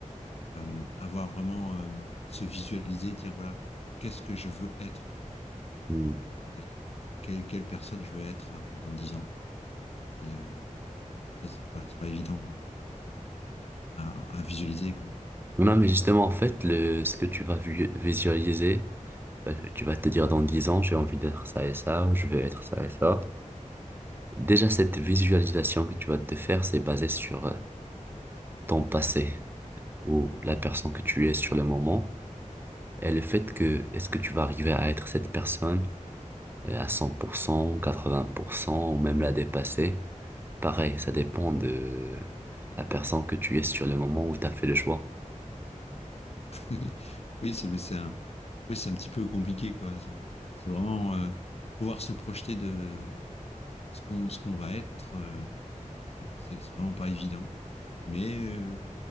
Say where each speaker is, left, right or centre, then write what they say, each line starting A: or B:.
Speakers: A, on the left; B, on the right.
A: euh, avoir vraiment euh, se visualiser, dire voilà, qu'est-ce que je veux être
B: Mm.
A: et quelle, quelle personne je veux être euh, dans 10 ans. Et euh, bah, ça, c'est pas, c'est pas évident. Hein. à, à visualiser, quoi.
B: Non, mais justement, en fait, le, ce que tu vas vu- visualiser, Euh, Tu vas te dire dans 10 ans, j'ai envie d'être ça et ça, ou je vais être ça et ça. Déjà, cette visualisation que tu vas te faire, c'est basé sur euh, ton passé ou la personne que tu es sur le moment et le fait que est-ce que tu vas arriver à être cette personne euh, à cent pour cent quatre-vingts pour cent ou même la dépasser. Pareil, ça dépend de la personne que tu es sur le moment où tu as fait le choix.
A: Oui, oui, c'est mais c'est un, oui, c'est un petit peu compliqué, quoi. C'est vraiment euh, pouvoir se projeter de ce qu'on ce qu'on va être. euh, c'est c'est- c'est vraiment pas évident. Mais euh,